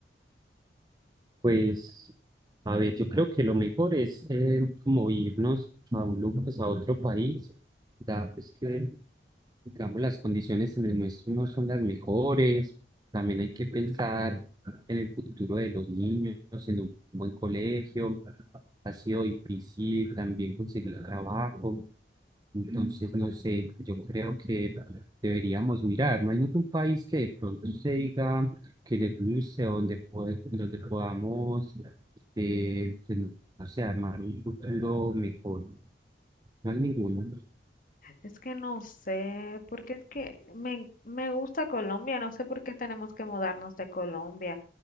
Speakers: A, on the right; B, on the left.
A: Pues, a ver, yo creo que lo mejor es eh, como irnos a un lugar, pues a otro país, da pues que, digamos, las condiciones en el nuestro no son las mejores, también hay que pensar en el futuro de los niños, en un buen colegio, ha sido difícil también conseguir trabajo, entonces, no sé, yo creo que deberíamos mirar. No hay ningún país que de pronto se diga que le guste, donde, pode- donde podamos, eh, pues, no sé, armar un futuro mejor. No hay ninguno.
B: Es que no sé, porque es que me, me gusta Colombia, no sé por qué tenemos que mudarnos de Colombia.